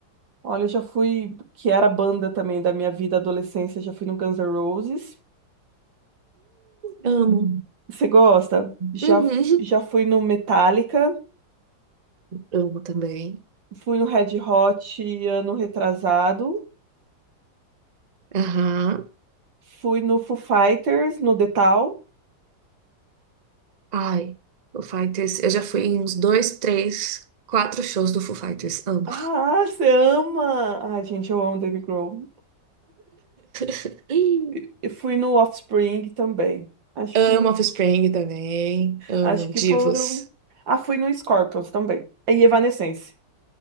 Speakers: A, on the right (about 80°); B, on the right (about 50°).
A: olha, eu já fui, que era a banda também da minha vida adolescência, já fui no Guns N' Roses.
B: Amo.
A: Você gosta? Já,
B: Uhum.
A: f- já fui no Metallica,
B: Amo também.
A: fui no Red Hot ano retrasado,
B: Aham.
A: fui no Foo Fighters, no The Tal.
B: Ai, Foo Fighters. Eu já fui em uns dois, três, quatro shows do Foo Fighters. Amo.
A: Ah, você ama! Ai, gente, eu amo Dave Grohl.
B: <laughs>
A: E e fui no Offspring também. Acho
B: Amo
A: que,
B: Offspring também. Amo
A: acho que
B: Divos.
A: foram. Ah, fui no Scorpions também. E Evanescence.